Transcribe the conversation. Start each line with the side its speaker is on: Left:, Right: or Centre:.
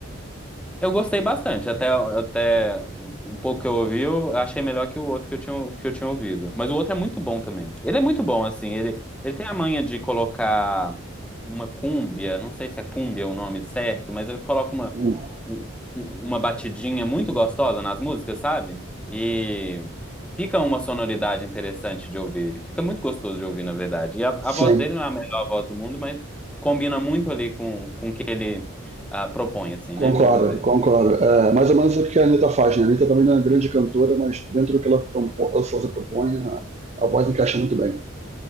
Centre: Eu gostei bastante, até, até um pouco que eu ouvi, eu achei melhor que o outro que eu tinha, que eu tinha ouvido. Mas o outro é muito bom também. Ele é muito bom, assim, ele, ele tem a manha de colocar uma cúmbia, não sei se é cúmbia o nome certo, mas ele coloca uma,
Right: Hum,
Centre: um- um, uma batidinha muito gostosa nas músicas, sabe? E fica uma sonoridade interessante de ouvir, fica muito gostoso de ouvir, na verdade. E a, a
Right: sim,
Centre: voz dele não é a melhor voz do mundo, mas combina muito ali com, com o que ele ah, propõe, assim,
Right: concordo,
Centre: né? Vamos dizer.
Right: concordo. É, mais ou menos o que a Anitta faz, né? A Anitta também não é uma grande cantora, mas dentro do que ela, propo, ou se ela propõe, a, a voz encaixa muito bem.